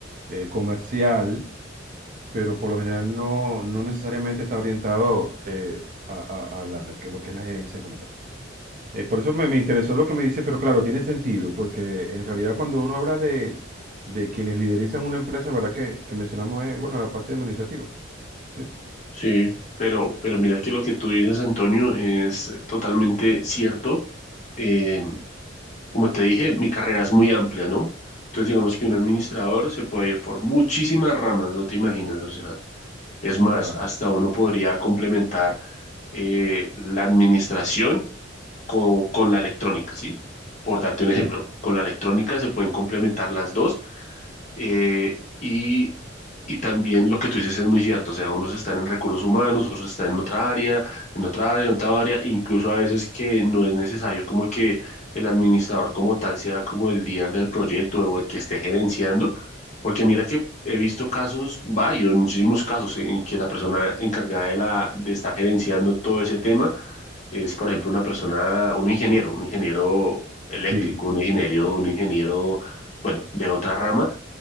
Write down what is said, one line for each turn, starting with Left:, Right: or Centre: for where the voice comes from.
Right: eh, comercial, pero por lo general no, no necesariamente está orientado eh, a, a- a la- que lo que es la gerencia como tal. Eh, por eso me, me interesó lo que me dice, pero claro, tiene sentido, porque en realidad cuando uno habla de, de quienes liderizan una empresa, ¿verdad? Que, que mencionamos, eh, bueno, la parte administrativa. ¿sí?
Left: Sí, pero, pero mira que lo que tú dices, Antonio, es totalmente cierto. Eh, como te dije, mi carrera es muy amplia, ¿no? Entonces, digamos que un administrador se puede ir por muchísimas ramas, no te imaginas. O sea, es más,
Right: Claro,
Left: hasta uno podría complementar eh, la administración co- con, la electrónica, ¿sí? Por darte un
Right: sí.
Left: ejemplo, con la electrónica se pueden complementar las dos eh, y, y también lo que tú dices es muy cierto, o sea, unos están en recursos humanos, otros están en otra área, en otra área, en otra área, incluso a veces que no es necesario como que el administrador como tal sea como el líder del proyecto o el que esté gerenciando, porque mira que he visto casos varios, muchísimos casos en que la persona encargada de la, de estar gerenciando todo ese tema es, por ejemplo, una persona, un ingeniero, un ingeniero eléctrico,
Right: Sí,
Left: un ingeniero,
Right: eh,
Left: un ingeniero, bueno, de otra rama,